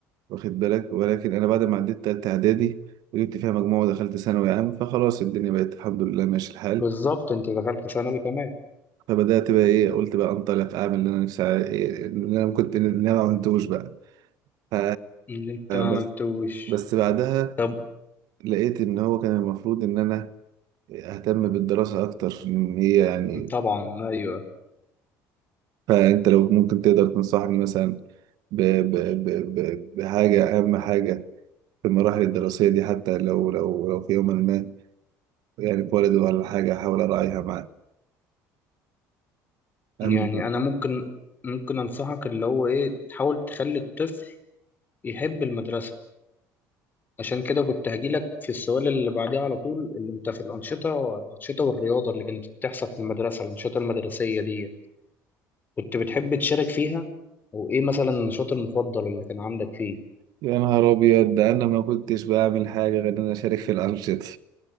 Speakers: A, on the right; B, on the left.
A: واخد بالك ولكن انا بعد ما عديت تالتة اعدادي وجبت فيها مجموعة ودخلت ثانوي عام فخلاص الدنيا بقت الحمد لله ماشي الحال
B: بالظبط أنت دخلت ثانوي تمام
A: فبدأت بقى ايه قلت بقى انطلق اعمل اللي انا نفسي ع- إيه اللي انا كنت اللي انا ما عملتوش بقى ف
B: اللي أنت ما
A: بس
B: قلتوش
A: بس بعدها
B: طب
A: لقيت ان هو كان المفروض ان انا اهتم بالدراسة اكتر ان هي يعني
B: طبعا أيوة
A: فانت لو ممكن تقدر تنصحني مثلا ب... ب... ب... ب... بحاجة اهم حاجة في المراحل الدراسية دي حتى لو لو لو في يوم ما يعني اتولد ولا حاجة أحاول أراعيها معاه أما
B: يعني أنا ممكن ممكن أنصحك اللي هو إيه تحاول تخلي الطفل يحب المدرسة عشان كده كنت هجيلك في السؤال اللي بعديه على طول اللي انت في الأنشطة الأنشطة والرياضة اللي كانت بتحصل في المدرسة الأنشطة المدرسية دي كنت بتحب تشارك فيها وإيه مثلا النشاط المفضل اللي كان عندك فيه
A: يا نهار أبيض ده أنا ما كنتش بعمل حاجة غير إن أنا أشارك في الأنشطة